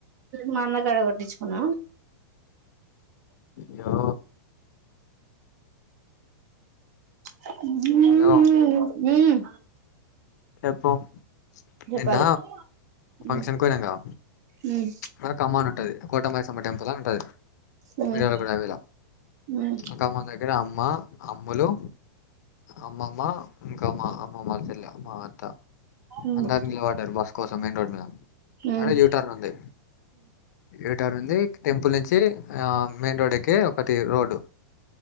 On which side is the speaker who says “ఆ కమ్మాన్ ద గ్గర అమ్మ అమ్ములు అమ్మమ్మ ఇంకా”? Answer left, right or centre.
Left